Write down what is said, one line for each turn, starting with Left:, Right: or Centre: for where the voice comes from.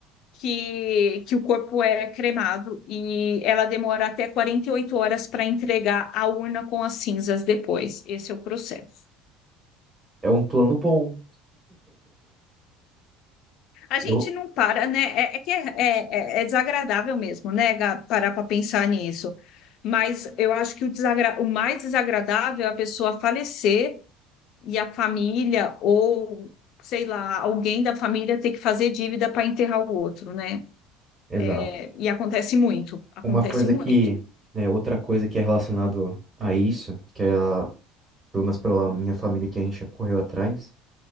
Left: que, que o corpo é cremado, e ela demora até 48 horas para entregar a urna com as cinzas depois. Esse é o processo.
Right: É um plano bom.
Left: A gente
Right: Eu-
Left: não para, né? É, é que é, é- é é desagradável mesmo, né, Gab, parar para pensar nisso. Mas eu acho que o, desagra... o mais desagradável é a pessoa falecer e a família, ou sei lá, alguém da família ter que fazer dívida para enterrar o outro, né?
Right: Exato.
Left: É, E acontece muito, acontece
Right: Uma coisa
Left: muito.
Right: que, né, outra coisa que é relacionado a isso, que é, a- pelo menos pela minha família que a gente já correu atrás,